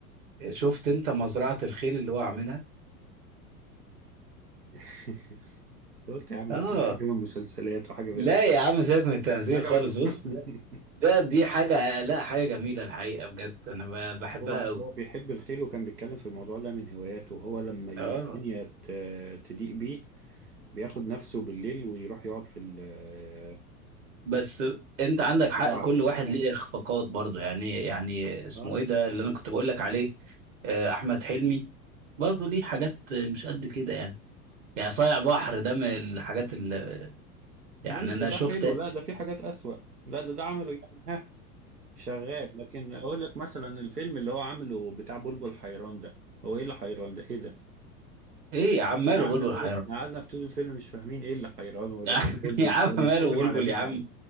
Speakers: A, on the right; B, on the right.
A: شفت انت مزرعه الخيل اللي هو عاملها
B: <laughs> قلت يا عم
A: اه
B: هتبقى حاجه من مسلسلات وحاجه
A: لا
B: من
A: يا عم سيبك من التمثيل
B: مش عجبك
A: خالص بص لا
B: <laughs>
A: ده دي حاجه لا حاجه جميله الحقيقه بجد انا ب- بحبها
B: هو هو
A: قوي
B: بيحب الخيل وكان بيتكلم في الموضوع ده من هواياته وهو لما ي-
A: اه
B: الدنيا ت- تضيق بيه بياخد نفسه بالليل ويروح يقعد في ال- آه،
A: بس انت عندك
B: الزراعه
A: حق كل
B: دي
A: واحد ليه اخفاقات برضه يعني يعني اسمه
B: اه
A: ايه ده اللي انا كنت بقول لك عليه آه، احمد حلمي برضه ليه حاجات مش قد كده يعني يعني صايع بحر ده من الحاجات اللي
B: ليه
A: يعني
B: ده
A: انا
B: ده
A: شفت
B: حلو لا ده
A: <laughs>
B: في حاجات اسوأ لا ده ده عمله يعني شغال لكن اقول لك مثلا الفيلم اللي هو عامله بتاع بلبل حيران ده هو ايه اللي حيران ده ايه ده
A: ايه يا عم ماله
B: إحنا قعدنا
A: بلبل
B: طول
A: حيران
B: قعدنا في طول الفيلم مش فاهمين ايه اللي حيران ولا
A: <laughs>
B: في بلبل
A: يا عم
B: ده ولا
A: ماله
B: بيتكلم
A: بلبل
B: على مين
A: يا عم
B: يا عم